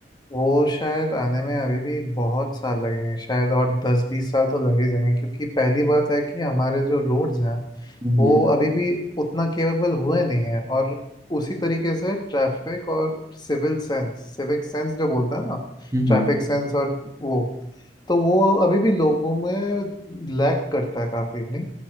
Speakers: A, on the left; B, on the right.
A: वो शायद आने में अभी भी बहुत साल लगेंगे शायद और दस बीस साल तो लग ही जाएंगे क्योंकि पहली बात है कि हमारे जो रोड्स हैं
B: हम्म
A: वो अभी भी उतना केपेबल हुए नहीं है और उसी तरीके से ट्रैफिक और सिविल सेंस सिविक सेंस जो बोलते हैं ना
B: हम्म,
A: ट्रैफिक
B: हम्म,
A: सेंस और वो तो वो अभी भी लोगों में लैक करता है काफी नहीं